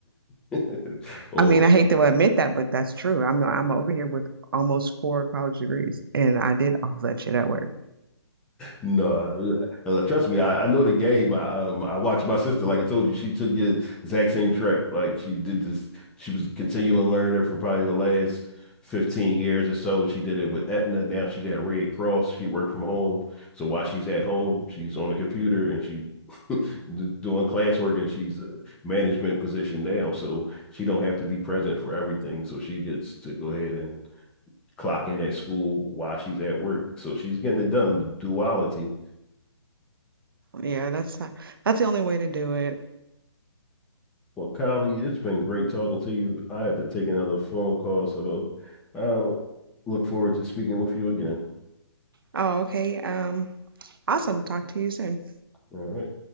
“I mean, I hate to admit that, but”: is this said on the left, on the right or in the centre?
Right